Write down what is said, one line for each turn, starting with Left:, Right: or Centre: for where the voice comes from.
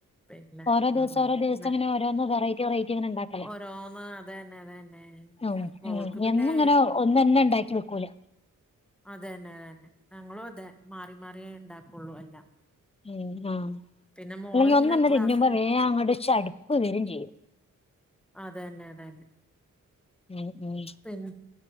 Centre: പിന്നെ
Left: ഓരോ
Centre: ആ
Left: ദിവസം ഓരോ ദിവസം
Centre: ആ
Left: അങ്ങനെ ഓരോന്ന് വെറൈറ്റി വെറൈ റ്റി ങ്ങനെ ണ്ടാക്കല
Centre: ഓരോന്ന് അതന്നെ അതന്നെ
Left: അ ഉ
Centre: മോൾക്ക് പിന്നെ
Left: എന്നും ഇങ്ങനെ ഒന്ന് തന്നെ ഉണ്ടാക്കി വെക്കൂലേ.
Centre: അത് തന്നെ അതന്നെ ഞങ്ങളും അതെ മാറി മാറിയേ ഉണ്ടാക്കുള്ളൂ എല്ലാം.
Left: ഉം ആഹ്
Centre: പിന്നെ മോള്
Left: അല്ലെങ്കി
Centre: ഇങ്ങനെ
Left: ഒന്നന്നെ
Centre: ക്ലാസ്സില്
Left: തിന്നുമ്പോ വേഗം അങ്ങോട് ശടുപ്പ് വരും ചെയ്യും.
Centre: അതന്നെ അതന്നെ
Left: ഉം ഉം
Centre: പിന്